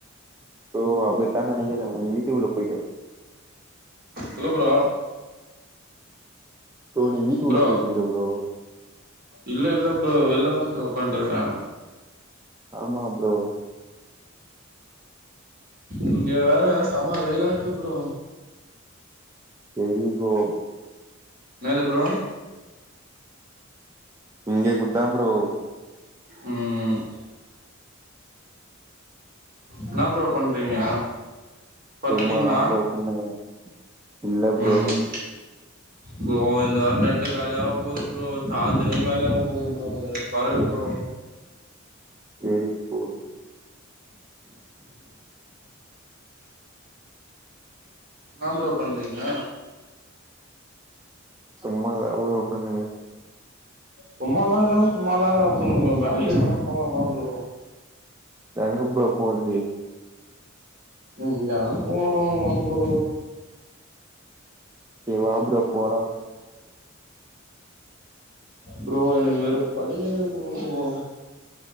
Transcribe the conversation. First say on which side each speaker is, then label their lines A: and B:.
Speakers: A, on the right; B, on the right.
A: ப்ரோ அப்டித்தா நெனைக்கிறே ஒங்க வீட்டுக்குள்ள போய்டு
B: சொல்லு ப்ரோ
A: ப்ரோ நீ வீட்டுக்குள்ள
B: ப்ரோ
A: போயிட்டுருக்குற ப்ரோ
B: இல்ல இல்ல ப்ரோ வெள்ல அதா ப்ரோ பண்ட்டு இருக்கே
A: ஆமா ப்ரோ
B: இங்க வேற செம வெயிலா இருக்கு ப்ரோ
A: சேரி ப்ரோ
B: என்னது ப்ரோ
A: இங்கெ கூட்தா ப்ரோ
B: ம் என்னா ப்ரோ பண்றீங்க பத்துட்டீங்களா
A: சும்மாதா ப்ரோ ஒக்காந்துக்குறே இல்ல ப்ரோ
B: ம் ப்ரோ இந்த வார நெட்டு காலியாகப் போது ப்ரோ சார்ஜரு காலியாகப் போது ப்ரோ <inaudible> பாருங்க ப்ரோ
A: எடிட் ப்ரோ
B: ன்னா ப்ரோ பண்றீங்க
A: சும்மா தா ப்ரோ ஒக்காந்துக்கே
B: சும்மாதா இருக்குறே சும்மாதா இருக்குறே அப்டிங்கற வேலைக்கு எங்கனா போலால ப்ரோ
A: எங்க ப்ரோ போற்து
B: எங்கனாலு போகலால ப்ரோ
A: நீ வா ப்ரோ போகலா
B: ப்ரோ எனக்கு வேற படி <unintelligible> ப்ரோ